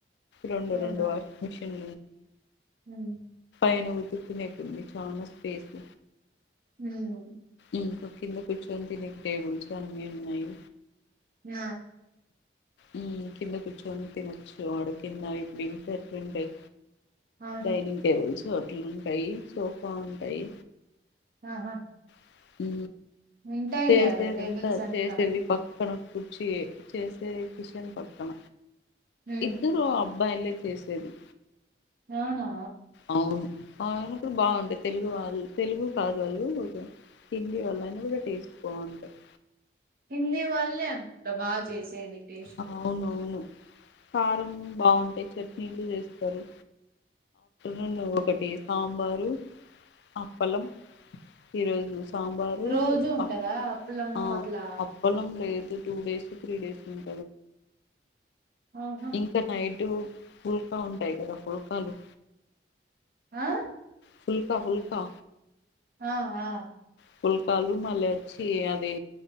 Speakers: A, on the left (about 75°); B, on the right (about 50°).
A: రెండు
B: అవునా
A: రెండు వాషింగ్ మిషన్
B: ఉమ్
A: నిన్ ఉతుక్కునేటుంది చాలా స్పేస్
B: ఉహ్
A: ఇంకా కింద కూర్చొని తినే టేబుల్స్ అన్ని ఉన్నాయి
B: ఆ
A: ఉమ్ కింద కూర్చొని తినచ్చు అడ కింద ఇప్పుడు ఇట్ల ఎట్లా ఉంటాయి.
B: అవును
A: డైనింగ్ టెబల్స్ హోటలు ఉంటాయి సోఫా ఉంటాయి
B: ఆహా
A: <inaudible> సే
B: ఉంటాయిలే
A: చేసేదంతా
B: ఆడ టేబుల్స్ అంతా
A: చేసింది పక్కన కుడిచి చేసే కిషన్ పక్కన
B: ఉమ్,
A: ఇద్దరు అబ్బాయి లే చే సది
B: నానా
A: అవును ఆ ఆయన కూడా బాగుంటుంది తెలుగు వాళ్ళు తెలుగు కాదు వాళ్ళు హిందీ వాళ్ళ అయినా కూడా టేస్ట్ బాగుంటుంది
B: హిందీ వాళ్ళే అంటా బాగా చేసేది టేస్ట్
A: అవునవును కారం బాగుంటా చట్నీలు చేస్తారు రెండు ఒకటి సాంబారు అప్పలం ఈరోజు సాంబారు
B: రోజూ ఉంటందా
A: అప్-
B: అప్పలము
A: ఆ
B: అట్లా
A: అప్పలం లేదు టూ డేస్ త్రీ డేస్ ఉంది
B: ఆహా
A: ఇంకా టైట్ ఇటు ఫుల్కా ఉంటాయి కదా ఫుల్కాలు
B: ఆ
A: ఫుల్కా ఫుల్కా
B: ఆ ఆ
A: పుల్కాలు మళ్ళచ్చి అదే